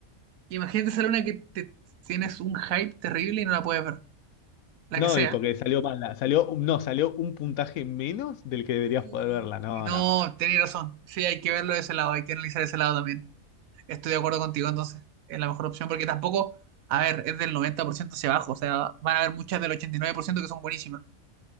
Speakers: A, on the right; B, on the left.
A: Imagínate esa luna que te tienes un hype terrible y no la puedes ver. La
B: No,
A: que sea.
B: y porque salió mala. Salió, no, salió un puntaje menos del que deberías
A: Uy,
B: poder verla. No,
A: no,
B: no.
A: tenés razón. Sí, hay que verlo de ese lado, hay que analizar ese lado también. Estoy de acuerdo contigo, entonces es la mejor opción porque tampoco, a ver, es del 90% hacia abajo. O sea, van a haber muchas del 89% que son buenísimas.